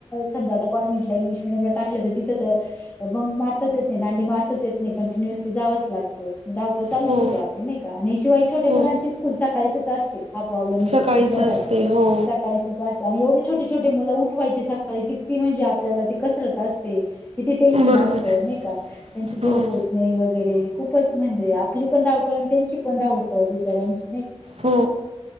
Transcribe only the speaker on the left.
समजा आता कॉन्व्हेंटला इंग्लिश मिडियमला टाकलं तर तिथं तर बंक मार येत नाही दांडी मारताच येत नाही कंटिन्यूअसली जावच लागत मग धावपळ चालूच
होती आप नाही का आणि शिवाय छोटे मुलांची
स्कूल सळीचच असते हा प्रॉब्लेम
खूप मोठा
आहे
सकाळीच जास्त आणि एवढे छोटे छोटे मुलं उठवायचे सकाळी की ती म्हणजे आपल्याला ती कसरत असते किती टेन्शन
असतं नाही का त्यांची झोप
होत नाही वगैरे खूपच म्हणजे आपली पण धावपळ आणि त्यांची पण धावपळ बिचऱ्यांची